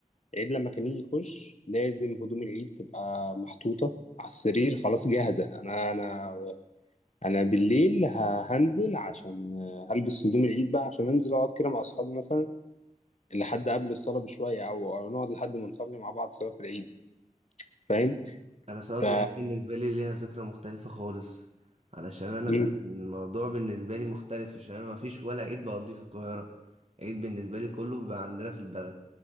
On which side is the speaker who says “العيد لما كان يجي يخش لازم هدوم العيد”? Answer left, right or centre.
Left